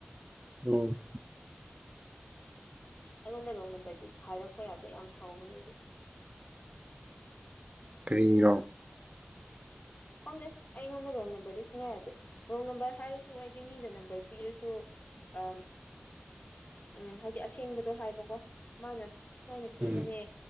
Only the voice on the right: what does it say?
ꯎꯝ
ꯐꯔꯤꯔꯣ
ꯎꯝ